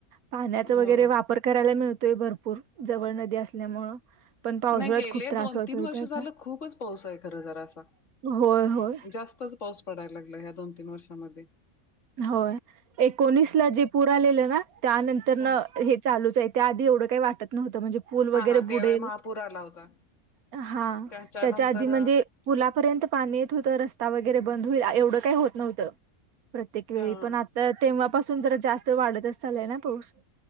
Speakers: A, on the right; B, on the left.
A: पाण्याचा
B: अ
A: वगैरे, वापर करायला मिळतोय भरपूर, जवळ नदी असल्यामुळं. पण पावसाळ्यात
B: नाही गेले
A: खूप त्रास
B: दोन
A: होतोय
B: -तीन वर्ष
A: त्याचा
B: झालं खूपच पाऊस आहे खरं जरासा.
A: होय होय
B: जास्त पाऊस पडायला लागलाय ह्या दोन- तीन वर्षांमध्ये.
A: होय, एकोणीसला जे पुरलेलं ना, त्यानंतर न
B: हा
A: हे चालूच हाय, त्या आधी एवढं काय वाटत नव्हत. म्हणजे पूल
B: हा
A: वगैरे
B: हा त्यावेळी
A: बुडेल,
B: महापूर आला होता
A: हा
B: त्याच्यानंतर
A: त्याच्या आधी म्हणजे पुलापर्यंत पाणी येत होतं रस्ता वगैरे बंद होईल एवढं काही होत नव्हतं. प्रत्येक वेळी
B: हा
A: पण आता तेव्हापासून जरा जास्त वाढतच चालाय ना पाऊस.